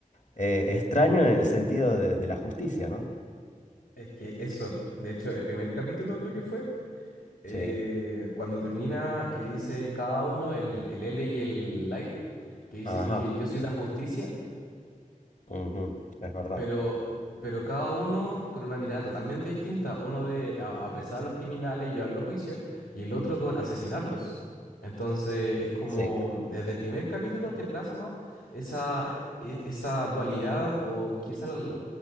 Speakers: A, on the left (about 60°); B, on the left (about 85°).
A: eh, extraño en el sentido de, de la justicia, ¿no?
B: Es que eso, de hecho, el primer capítulo creo que fue. eh,
A: Sí.
B: cuando termina, que dice cada uno, el, el L y el Light, que dicen
A: Ajá.
B: que yo soy la justicia,
A: Ujú. Es verdad.
B: pero, pero cada uno con una mirada totalmente distinta, uno de a- apresar a los criminales y llevarlos a juicio, y el otro con asesinarlos. Entonces es como,
A: Sí.
B: desde el primer capítulo te plasma esa, e- esa dualidad, o quizá la- la-